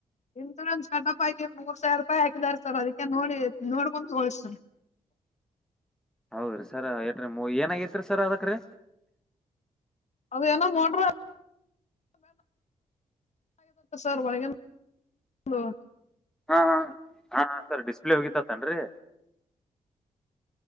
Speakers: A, on the left (about 50°); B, in the centre.
A: ಇನ್ಸೂರೆನ್ಸ್ ಕಟ್ಪ್ ಆಗಿ ಮೂರ್ ಸಾವಿರ ರೂಪಾಯಿ ಹಾಕಿದಿದ್ದಾರೆ ಸರ್ ಅದಕ್ಕೆ ನೋಡಿ ನೋಡ್ಕೊಂಡು ತಗೋಳಿ ಸರ್
B: <inaudible> ಹೌದ್ರಿ ಸರ್ ಎಟ್ರಿ ಏನಗತ್ರಿ ಸರ್ ಅದಕ್ರೀ
A: ಅದು ನ ಮೋಟ್ರ ಸರ್ ಮಾಡಗ <unintelligible>
B: ಹ ಹಾ ಸರ್ ಡಿಸ್ಪ್ಲೇ ಹೋಗಿತ ತನ್ರಿ